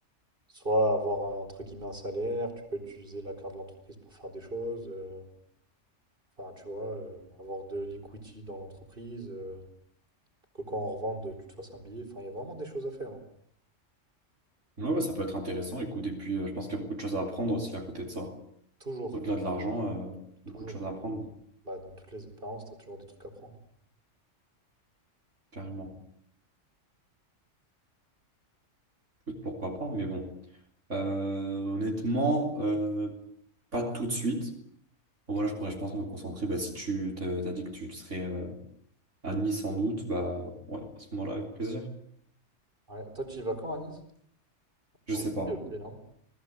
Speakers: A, on the right; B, on the right.
A: Soit avoir un- entre guillemets un salaire, tu peux utiliser la carte de l'entreprise pour faire des choses, euh, enfin tu vois, euh, avoir de l'equity dans l'entreprise, euh, pour que quand on revende, tu te fasses un billet, enfin il y a vraiment des choses à faire. hein.
B: Ouais, ouais, ça peut être intéressant, écoute. Et puis, euh, je pense qu'il y a beaucoup de choses à apprendre aussi à côté de ça.
A: Toujours,
B: Au-delà
A: toujours,
B: de l'argent, euh,
A: toujours.
B: beaucoup de choses
A: Dans,
B: à apprendre,
A: bah, dans toutes les expériences, tu as toujours des trucs à prendre.
B: carrément. Écoute, pourquoi pas, mais bon. Euh, honnêtement, euh, pas tout de suite. Bon, Voilà, je pourrais, je pense, me concentrer. Bah, si tu t'as, t'as dit que tu serais euh, à Nice sans doute, bah ouais, à ce moment-là, avec plaisir.
A: Ouais. Toi, tu y vas quand à Nice?
B: Je
A: En
B: sais
A: juillet,
B: pas.
A: ok, non?